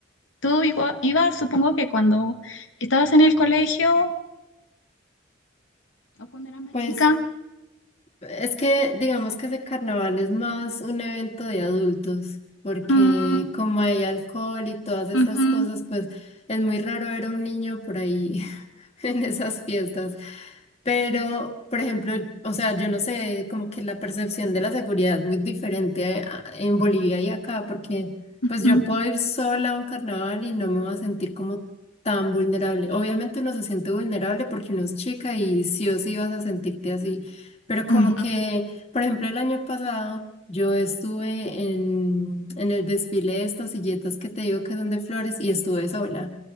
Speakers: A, on the left; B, on the left.
A: Tú igua- ibas, supongo que cuando estabas en el colegio o cuando eras más
B: pues
A: chica.
B: es que digamos que ese carnaval es más un evento de adultos, porque
A: Mm,
B: como hay alcohol y todas esas
A: ujú,
B: cosas, pues es muy raro ver a un niño por ahí <laughs> en esas fiestas. Pero, por ejemplo, o sea, yo no sé, como que la percepción de la seguridad es muy diferente a- en Bolivia y acá, porque
A: ujú,
B: pues yo puedo ir sola a un carnaval y no me voy a sentir como tan vulnerable. Obviamente uno se siente vulnerable porque uno es chica y sí o sí vas a sentirte así, pero como
A: ujú.
B: que, por ejemplo, el año pasado yo estuve en, en el desfile de estas silletas que te digo que son de flores y estuve sola.